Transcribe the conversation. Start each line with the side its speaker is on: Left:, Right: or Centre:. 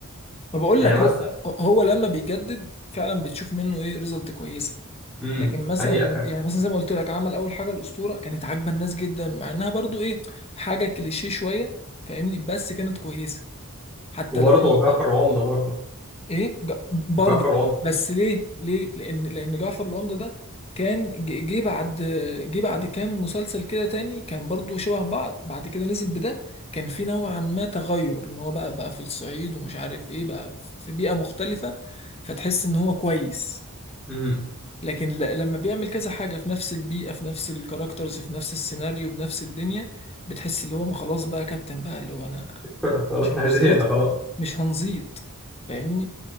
Left: ما بقول
Centre: يعني
Left: لك
Centre: مثلا
Left: هو هو لما بيجدد فعلا بتشوف منه ايه ريزلت كويسة
Centre: امم
Left: لكن مثلا
Centre: حقيقة
Left: لما
Centre: فعلا
Left: يعني مثلا زي ما قلت لك عمل اول حاجة الأسطورة كانت عاجبة الناس جدا ومع انها برضو ايه حاجة كليشيه شوية فاهمني بس كانت كويسة حتى
Centre: وبرضه
Left: لو انت
Centre: جعفر العمدة برضه
Left: ايه ج- برضه
Centre: جعفر العمدة
Left: بس ليه ليه لان لان جعفر العمدة ده كان ج- جه بعد جه بعد كام مسلسل كده تاني كان برضه شبه بعض بعد كده نزل بده كان في نوعا ما تغير ان هو بقى بقى في الصعيد ومش عارف ايه بقى في بيئة مختلفة فتحس ان هو كويس
Centre: امم
Left: لكن ل- لما بيعمل كذا حاجة في نفس البيئة في نفس الكاركترز في نفس السيناريو بنفس الدنيا بتحس اللي هو ما خلاص بقى كابتن بقى اللي هو انا
Centre: <laughs> خلاص
Left: مش
Centre: احنا
Left: مش
Centre: زهقنا
Left: زيطة
Centre: خلاص
Left: مش هنزيط فاهمني